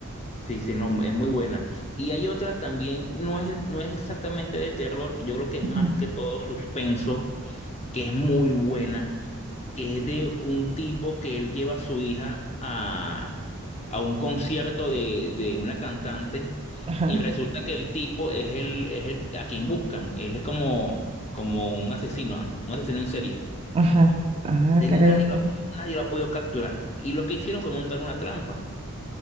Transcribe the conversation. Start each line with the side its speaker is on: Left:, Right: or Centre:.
Left: Sí, sí, no, es muy buena. Y hay otra también, no es, no es exactamente de terror, que yo creo que es
Right: Ujú.
Left: más que todo suspenso, que es muy buena, que es de un tipo que él lleva a su hija a, a un concierto de, de una cantante
Right: Ajá.
Left: y resulta que el tipo es el, es el a quien buscan, él es como, como un asesino, un asesino en serie.
Right: Ajá. Ah,
Left: De
Right: caray.
Left: Nadie lo ha pod- nadie lo ha podido capturar. Y lo que hicieron fue montar una trampa.